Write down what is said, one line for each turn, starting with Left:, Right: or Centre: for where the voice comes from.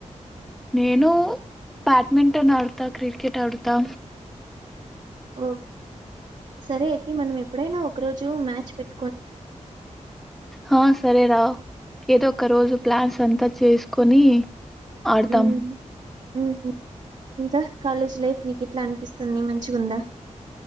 Centre: నేను బ్యాడ్మింటన్ ఆడతా క్రికెట్ ఆడతా
Right: ఓ సరే అయితే మనం ఎప్పుడైనా ఒక రోజు మ్యాచ్ పెట్
Centre: హా సరే రా ఏదో ఒక రోజు ప్లాన్స్ అంతా చేసుకొని ఆడతాం
Right: ఉమ్, ఉమ్, ఇంకా కాలేజ్ లైఫ్ నీకు ఎట్లా అనిపిస్తుంది మంచిగుందా